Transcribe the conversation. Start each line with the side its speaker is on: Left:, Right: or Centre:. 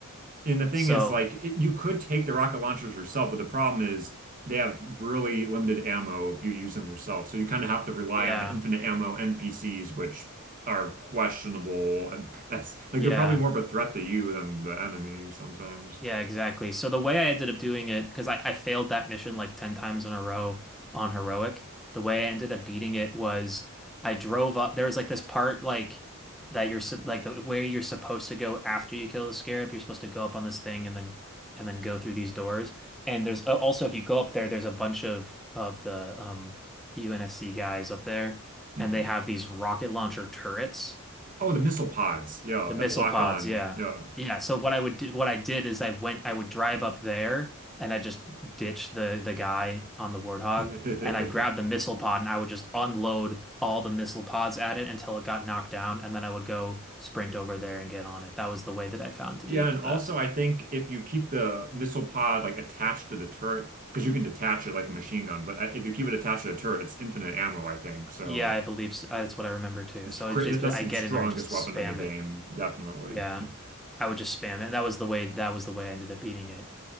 Right: And the thing
Centre: So
Right: is, like, it, you could take the rocket launchers yourself, but the problem is they have really limited ammo if you use them yourself. So you kind of have to rely
Centre: yeah,
Right: on the infinite ammo NPCs, which are questionable at <laughs> best.
Centre: yeah.
Right: Like, they're probably more of a threat to you than the enemy sometimes.
Centre: Yeah, exactly. So the way I ended up doing it, because I, I failed that mission like 10 times in a row on heroic, the way I ended up beating it was I drove up. There was like this part like that you're sup- like the where you're supposed to go after you kill the scarab. You're supposed to go up on this thing and then and then go through these doors. And there's uh, also if you go up there, there's a bunch of of the um UNSC guys up there,
Right: Hmm.
Centre: and they have these rocket launcher turrets.
Right: Oh, the missile pods. Yeah,
Centre: The missile
Right: that lock
Centre: pods,
Right: on.
Centre: yeah.
Right: Yeah.
Centre: Yeah, so what I would do, what I did is I went I would drive up there and I just ditched the the guy on the Warthog
Right: <laughs>
Centre: and I'd grab the missile pod and I would just unload all the missile pods at it until it got knocked down and then I would go sprint over there and get on it. That was the way that I found to
Right: Yeah,
Centre: do it
Right: and
Centre: the
Right: also
Centre: best.
Right: I think if you keep the missile pod like attached to the turret, because you can detach it like a machine gun, but uh, if you keep it attached to the turret, it's infinite ammo, I think. So
Centre: Yeah, I believe s That's what I remember too.
Right: It's
Centre: So
Right: cra-
Centre: it's just
Right: that's
Centre: I
Right: the
Centre: get
Right: strongest
Centre: in there and just spam
Right: weapon in the game,
Centre: it.
Right: definitely.
Centre: Yeah.
Right: <laughs>
Centre: I would just spam it. That was the way that was the way I ended up beating it.